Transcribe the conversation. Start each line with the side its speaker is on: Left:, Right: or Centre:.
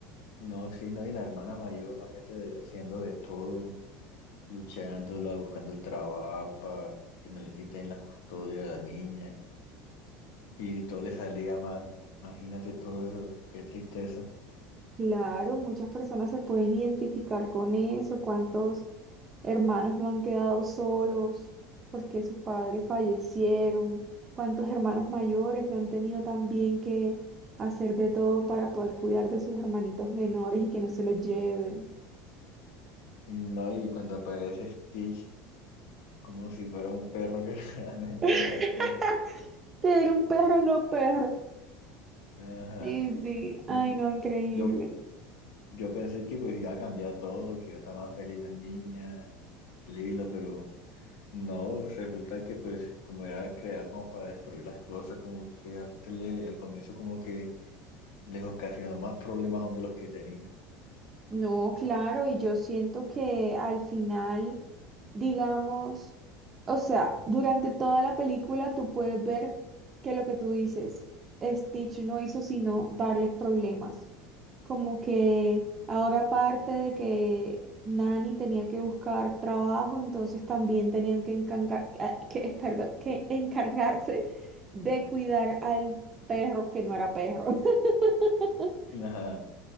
Left: No, sí, no, y la hermana mayor, imagínate, haciendo de todo, luchándola, buscando el trabajo para que no le quiten la custodia de la niña, y todo le salía mal. Imagínate todo eso, qué tristeza.
Right: Claro, muchas personas se pueden identificar con eso, cuántos hermanos no han quedado solos porque sus padres fallecieron, cuántos hermanos mayores no han tenido también que hacer de todo para poder cuidar de sus hermanitos menores y que no se los lleven.
Left: No, y cuando aparece Stitch, como si fuera un perro que <laughs> realmente
Right: <laughs>
Left: no era perro.
Right: Que era un perro, no perro.
Left: Ajá.
Right: Sí, sí,
Left: Mm,
Right: ay no, increíble.
Left: Yo Yo pensé que pues iba a cambiar todo, que iba a estar más feliz la niña, Lilo, pero no, resulta que pues como era creada como para destruir las cosas, como que antes le- al comienzo como que les ocasionó más problemas aún de los que tenía.
Right: No, claro, y yo siento que al final, digamos, o sea, durante toda la película tú puedes ver que lo que tú dices, Stitch no hizo sino darles problemas. Como que ahora aparte de que Nani tenía que buscar trabajo, entonces también tenían que, encargar- ah, <laughs> que, perdón, que encargarse de cuidar al perro que no era perro. <laughs>
Left: <laughs> Ajá.